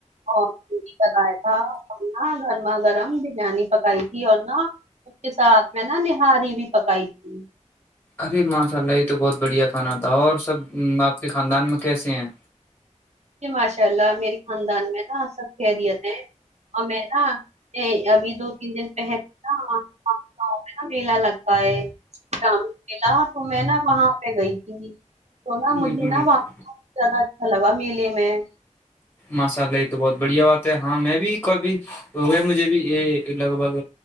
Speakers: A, on the right; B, on the left.
A: اور ک بتایا تھا اور نہ گرما گرم بریانی پکائی تھی اور نہا اس کے ساتھ میں نا نہاری بھی پکائی تھی
B: ارے ماشاء اللہ یہ تو بہت بڑھیا کھانا تھا اور سب آپ کے خاندان میں کیسے ہیں
A: جی ماشاء اللہ میرری خاندان میں نا سب خیریت ہیں اور میں نا ابھی دو تین دن پہل نا گاؤں میں نا میلہ لگتاا ہے املا تو میں نا وہاں پہ گئی تھی تو نہا
B: بالکل
A: مجھے
B: بالکل
A: نہا زدا اچھا لگا میلے میں
B: ماشاء اللہ یہ تو بہت بڑھیا بات ہے ہاں میں بھی کوبھی وہ مجھے بھی لگ بگ